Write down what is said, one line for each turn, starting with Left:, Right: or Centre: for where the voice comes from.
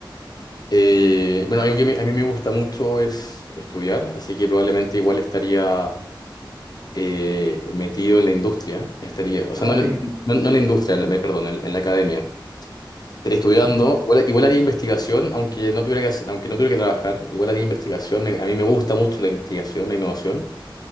Left: eh, bueno, algo que a mí, a mí me gusta mucho es estudiar, así que probablemente igual estaría eh, metido en la industria. Estaría, o sea,
Right: Ah,
Left: no,
Right: ok.
Left: en no- no en la industria, me perdón, en, en la academia. Estaría estudiando,
Right: Ujú.
Left: igual, igual haría investigación, aunque no tuviera que hacer- aunque no tuviera que trabajar, igual haría investigación. Me- A mí me gusta mucho la investigación, la innovación,